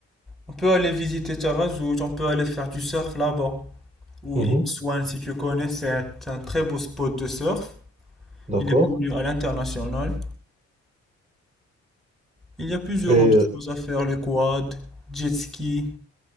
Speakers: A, in the centre; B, on the right (about 25°).
A: on peut aller visiter Terazout, on peut aller faire du surf là-bas. Ou
B: Mhm,
A: Imswan, si tu connais, c'est un un très beau spot de surf.
B: d'accord.
A: Il est connu à l'international. Il y a plusieurs
B: Et
A: autres
B: euh,
A: choses à faire, les quads, jet ski,